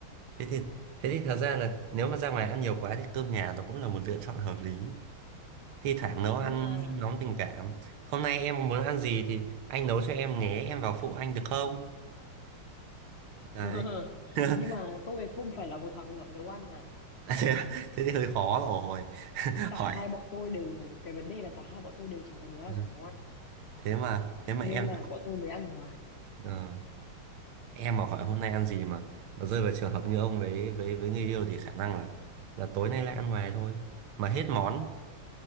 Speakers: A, on the right (about 85°); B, on the left (about 55°).
A: thế thì thế thì thật ra là nếu mà ra ngoài ăn nhiều quá thì cơm nhà nó cũng là một lựa chọn hợp lý thi thoảng nấu ăn
B: nhưng mà
A: nóng tình cảm hôm nay em muốn ăn gì thì anh nấu cho em nhé em vào phụ anh được không
B: <laughs>
A: đấy <laughs>
B: nhưng mà tôi không phải là một thằng giỏi nấu ăn mà
A: thế, thế thì hơi khó rồi <laughs>
B: cả
A: hỏi
B: hai bọn tôi đều cái vấn đề là cả hai bọn tôi đều chả có đứa nào
A: Ừ.
B: giỏi nấu ăn
A: thế mà thế mà
B: nên
A: em
B: là bọn tôi mới ăn ở ngoài
A: ờ, em mà hỏi hôm nay ăn gì mà mà rơi vào trường hợp như ông với với với người yêu thì khả năng là là tối nay lại ăn ngoài thôi mà hết món